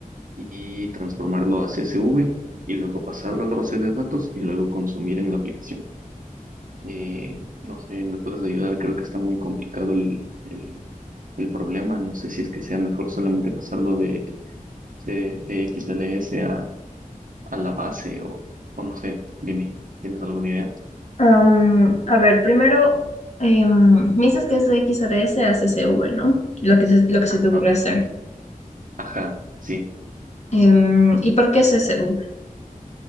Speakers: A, on the right; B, on the left.
A: y transformarlo a CSV y luego pasarlo a la base de datos y luego consumir en la aplicación. Eh, no sé, ¿me puedes ayudar? Creo que está muy complicado el, el, el problema. No sé si es que sea mejor solamente pasarlo de, de, de XLS a, a la base o, o no sé. Dime, ¿tienes alguna idea?
B: Am, a ver, primero, em, me dices que es de XRS a CSV, ¿no? Lo que se, lo que
A: Ajá,
B: se te ocurre hacer.
A: ajá, sí.
B: Em, ¿y por qué CSV?